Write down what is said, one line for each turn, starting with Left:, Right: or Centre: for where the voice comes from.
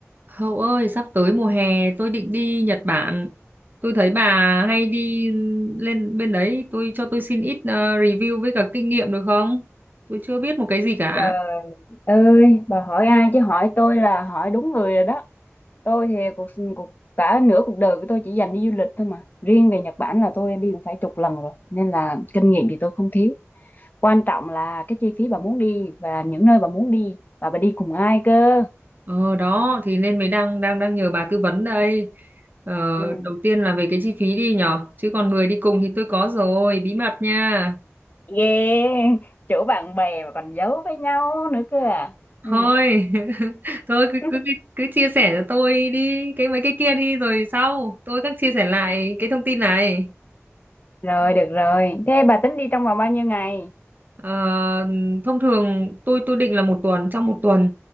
Right: Hậu ơi, sắp tới mùa hè tôi định đi Nhật Bản. Tôi thấy bà hay đi lên bên đấy, tôi cho tôi xin ít ờ, review với cả kinh nghiệm được không? Tôi chưa biết một cái gì cả.
Left: Trời, ơi bà hỏi ai chứ hỏi tôi là hỏi đúng người rồi đó tôi thì cuộc cuộc cả nửa cuộc đời của tôi chỉ dành đi du lịch thôi mà riêng về Nhật Bản là tôi đi cũng phải chục lần rồi nên là kinh nghiệm thì tôi không thiếu quan trọng là cái chi phí bà muốn đi và những nơi bà muốn đi và bà đi cùng ai cơ
Right: Ờ đó thì nên mới đang đang đang nhờ bà tư vấn đây. Ờ,
Left: ừ.
Right: đầu tiên là về cái chi phí đi nhở, chứ còn người đi cùng thì tôi có rồi, bí mật nha.
Left: ghê chỗ bạn bè mà còn giấu với nhau nữa cơ à ừ.
Right: Thôi, <laughs> thôi cứ,
Left: <laughs>
Right: cứ cứ cứ chia sẻ cho tôi đi cái mấy cái kia đi rồi sau tôi các chia sẻ lại cái thông tin này.
Left: rồi được rồi thế bà tính đi trong vòng bao nhiêu ngày
Right: Ờ, thông thường tôi tôi định là một tuần trong một tuần